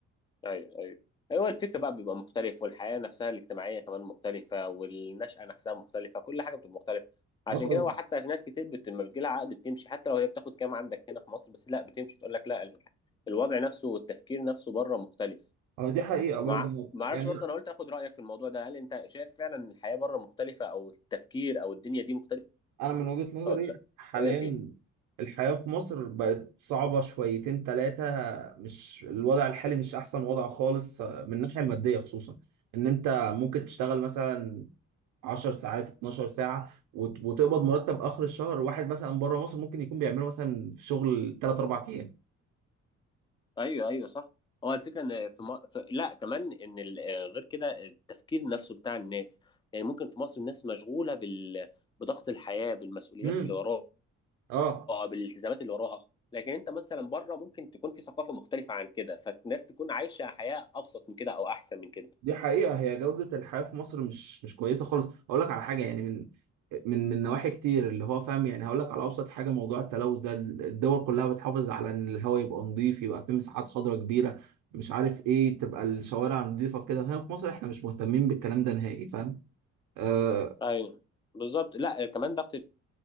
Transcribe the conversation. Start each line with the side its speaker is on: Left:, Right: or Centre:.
Left: ايوه ايوه هو الفكر بقى بيبقى مختلف والحياه نفسها الاجتماعيه كمان مختلفه والنشأة نفسها مختلفه كل حاجه بتبقى مختلفه عشان
Right: اه طبعا
Left: كده هو حتى في ناس كتير بت... لما بتجيلها عقد بتمشي حتى لو هي بتاخد كام عندك هنا في مصر بس لا بتمشي تقول لك لا ال- الوضع نفسه والتفكير نفسه بره مختلف
Right: اه دي حقيقه برضه
Left: مع
Right: أنا-
Left: ما
Right: يعني
Left: اعرفش برضه انا قلت اخد رايك في الموضوع ده هل انت شايف فعلا إن الحياه بره مختلفه او التفكير او الدنيا دي مختلفه
Right: انا من وجهه نظري
Left: ولا لا
Right: حاليا
Left: رايك ايه
Right: الحياه في مصر بقت صعبه شويتين ثلاثه مش الوضع الحالي مش احسن وضع خالص آه، من الناحيه الماديه خصوصا ان انت ممكن تشتغل مثلا 10 ساعات 12 ساعة وت- وتقبض مرتب آخر الشهر واحد مثلا بره مصر ممكن يكون بيعمله مثلا في شغل 3 4 أيام
Left: ايوه ايوه صح هو الفكره ان في, م... في لا كمان ان ال... آه، غير كده التفكير نفسه بتاع الناس يعني ممكن في مصر الناس مشغوله بال... بضغط الحياه بالمسؤوليات
Right: امم
Left: اللي وراها
Right: اه
Left: بالالتزامات اللي وراها لكن انت مثلا بره ممكن تكون في ثقافه مختلفه عن كده فالناس تكون عايشه حياه ابسط من كده او احسن من كده
Right: دي حقيقة هي جودة الحياة في مصر مش مش كويسة خالص هقول لك على حاجة يعني من من من نواحي كتير اللي هو فاهم يعني هقول لك على أبسط حاجة موضوع التلوث ده الدول كلها بتحافظ على إن الهواء يبقى نظيف يبقى فيه مساحات خضراء كبيرة مش عارف إيه تبقى الشوارع نظيفة في كده هنا في مصر إحنا مش مهتمين بالكلام ده نهائي فاهم آه،
Left: ايوه بالظبط لا كمان ضغط